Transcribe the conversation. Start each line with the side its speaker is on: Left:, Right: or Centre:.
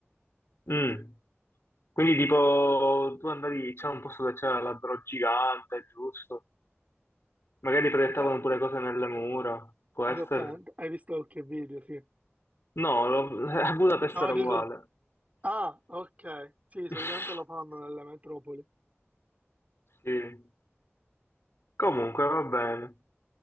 Left: Mm.
Right: sì.
Left: Quindi tipo tu andavi, c'era un posto dove c'era l'albero gigante, giusto? Magari proiettavano
Right: Esa-
Left: pure cose nelle mura, può
Right: esattamente,
Left: essere?
Right: hai visto qualche video, sì.
Left: No, lo- <laughs> a Budapest
Right: No,
Left: era
Right: dico,
Left: uguale.
Right: ah, ok, sì, solitamente
Left: <laughs>
Right: lo fanno nelle metropoli.
Left: Sì. Comunque va bene.